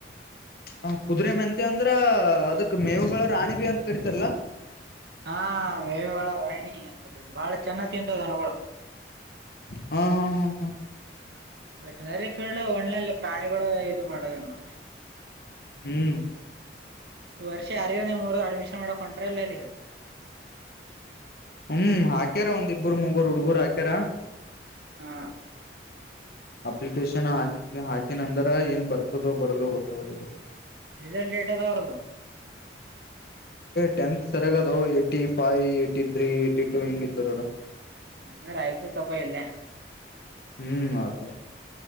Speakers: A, on the left; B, on the right.
A: ಹ ಕುದುರೆೆ ಮೆಂತೆ ಅಂದ್ರ ಅದಕ್ ಮೇವುಗಳ ರಾಣಿಬಿ ಅಂತ ಕರಿತಾರಲ್ಲಾ
B: ಹಾ ಮೇವವಾಳ ರಾಯಣಿ ಅದು ಬಾಳ ಚೆನ್ನ ತಿಂತದ ಅನಗಳು
A: ಹ್ಮ ಹ್ಮ ಹ್ಮ ಹ್ಮಾ
B: ವೆಟನರಿ ಫೀಲ್ಡ್ ಒನ್ಲಲ್ಲ ಪ್ರಾಣಿಗಳು ಇದು ಮಾಡದ ನೋಡಿ
A: ಹ್ಮ್
B: ಈ ವರ್ಷ ಯಾರರ ನಿಮ್ಮೂರ ಅಡ್ಮಿಷನ್ ಮಾಡಕ್ ಹೊಂಟ್ರ ಇಲ್ಲ ಇಲ್ಲಿ ಈಗ
A: ಹ್ಮ್ ಹಾಕ್ಯಾರ ಒಂದ್ ಇಬ್ಬರು ಮೂಗೂರು ಹುಡ್ಗರು ಹಾಕ್ಯಾರ
B: ಹಾ
A: ಅಪ್ಲಿಕೇಶನ್ ಹಾಕಿ ಹಾಕಿನಂದ್ರ ಏನ್ ಬರ್ತದೋ ಬರಲ್ಲೋ ಗೊತ್ತಾಗಲ್ಲ
B: ರಿಸಲ್ಟ್ ಏಟದ ಅವರದಾ
A: ಟೆಂತ್ ಸರ ಏ ಫ ಏ ತ್ರೀ ಏಟಿ ಟು ಹಂಗ ಇದ ಬರ
B: ಹಾಾರ ಆಯ್ತು ತಗೋ ಇಲ್ಲ
A: ಹ್ಮ್ ಆತ